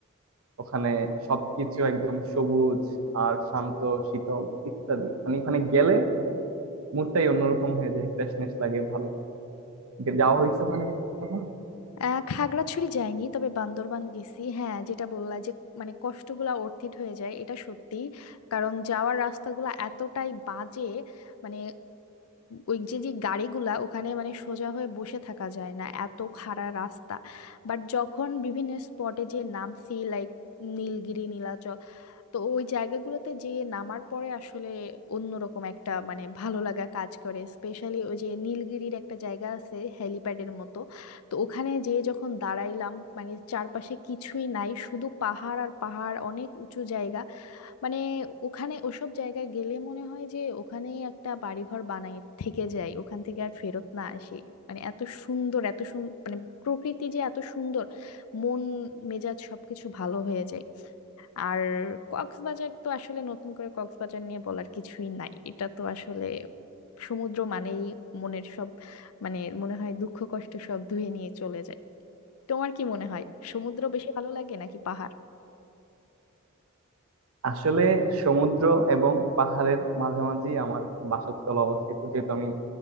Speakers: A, on the right (about 75°); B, on the left (about 85°).
A: ওখানে সবকিছু একদম সবুজ আর শান্ত শীতল ইত্যাদি মানে ওখানে গেলে মুডটাই অন্যরকম হয়ে যায় ফ্রেশনেস লাগে ভালো যাওয়া হয়েছে ওখানে কখনো
B: আহ খাগড়াছড়ি যাইনি তবে বান্দরবান গেছি হ্যাঁ যেটা বললা যে মানে কষ্টগুলা অর্থিত হয়ে যায় এটা সত্যি কারণ যাওয়ার রাস্তাগুলা এতটাই বাজে মানে ওই যে যে গাড়িগুলা ওখানে মানে সোজা হয়ে বসে থাকা যায় না এত খাড়া রাস্তা বাট যখন বিভিন্ন স্পটে যে নামছি লাইক নীলগিরি নীলাচল তো ওই জায়গাগুলোতে যে নামার পরে আসলে অন্যরকম একটা মানে ভালো লাগা কাজ করে স্পেশালি ওই যে নীলগিরির একটা জায়গা আছে হেলিপ্যাডের মতো তো ওখানে যে যখন দাঁড়াইলাম মানে চারপাশে কিছুই নাই শুধু পাহাড় আর পাহাড় অনেক উঁচু জায়গা মানে ওখানে ওসব জায়গায় গেলে মনে হয় যে ওখানেই একটা বাড়িঘর বানায় থেকে যায় ওখান থেকে আর ফেরত না আসি মানে এত সুন্দর এত সুন্দর মানে প্রকৃতি যে এত সুন্দর মন মেজাজ সবকিছু ভালো হয়ে যায় আর কক্সবাজার তো আসলে নতুন করে কক্সবাজার নিয়ে বলার কিছুই নাই এটা তো আসলে সমুদ্র মানেই মনের সব মানে মনে হয় দুঃখ কষ্ট সব ধুয়ে নিয়ে চলে যায় তোমার কি মনে হয় সমুদ্র বেশি ভালো লাগে নাকি পাহাড়
A: আসলে সমুদ্র এবং পাহাড়ের মাঝামাঝি আমার বাসস্থল অবস্থিত যেহেতু আমি